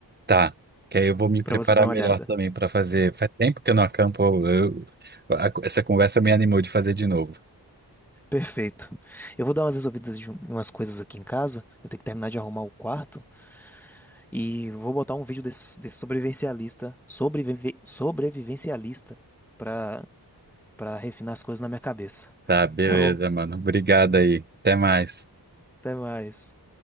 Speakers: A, on the right (about 25°); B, in the centre.
A: Tá. Que aí eu vou me preparar
B: pra você dar uma
A: melhor
B: olhada.
A: também pra fazer. Faz tempo que eu não acampo. eu- a- essa conversa me animou de fazer de novo.
B: Perfeito. Eu vou dar umas resolvidas de um- umas coisas aqui em casa. Eu tenho que terminar de arrumar o quarto e vou botar um vídeo desse, desse sobrevivencialista, sobrevive, sobrevivencialista pra para refinar as coisas na minha cabeça.
A: Tá, beleza,
B: Tá bom?
A: mano. Obrigado aí. Até mais.
B: Até mais.